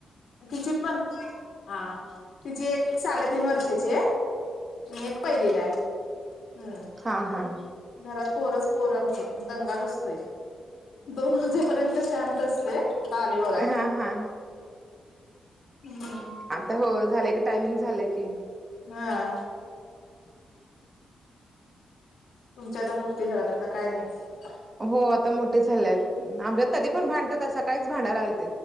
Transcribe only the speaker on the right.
हां हां
हा हा
आता हो झालंय की टायमिंग झालंय की
हो आता मोठे झाले आहेत आमल्यात तध पण भांडतात असा काहीच भांडा आलत